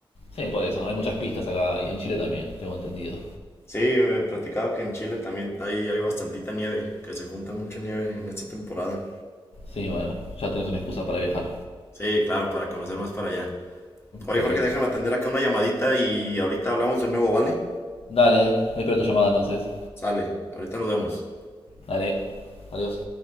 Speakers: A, on the left (about 85°); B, on the left (about 25°).
A: Sí, por eso, hay muchas pistas acá y en Chile también, tengo entendido.
B: Sí, me platicaba que en Chile también hay, hay bastantita nieve, que se junta mucha nieve en esta temporada.
A: Sí, bueno, ya tenés una excusa para viajar.
B: Sí, claro, para conocer más para allá. Oye,
A: Perfecto.
B: Jorge, déjame atender acá una llamadita y ahorita hablamos de nuevo, ¿vale?
A: Dale, espero tu llamada entonces.
B: Sale, ahorita nos vemos.
A: Dale, adiós.